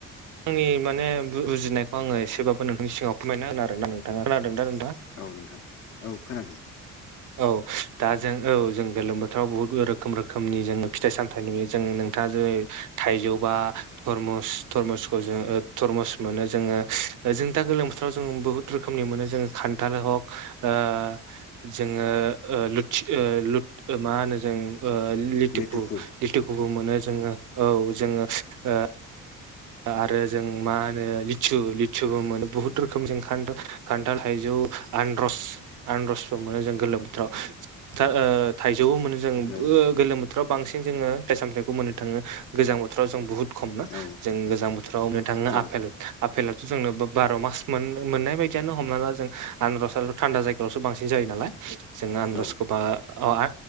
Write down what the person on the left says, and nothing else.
औ नोंथां औ खोनादों।
लेथुखु
औ
औ
औ
औ